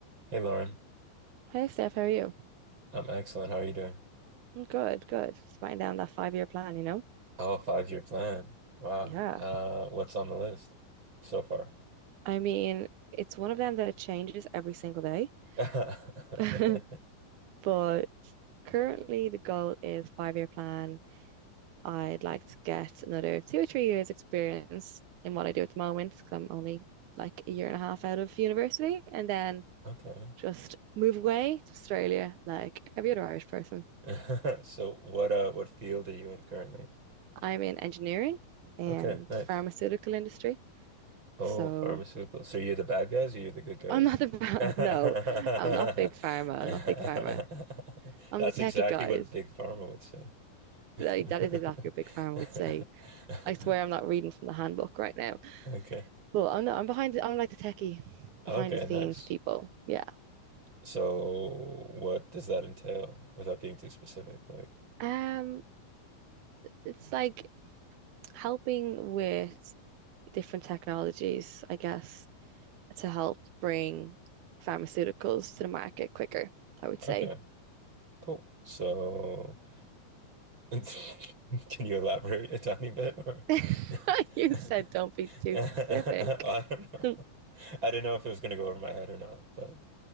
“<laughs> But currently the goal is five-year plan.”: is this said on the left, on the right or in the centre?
Right